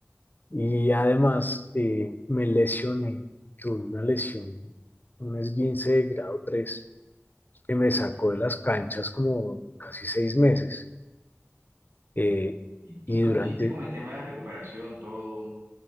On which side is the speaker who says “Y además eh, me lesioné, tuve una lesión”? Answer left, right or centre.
Left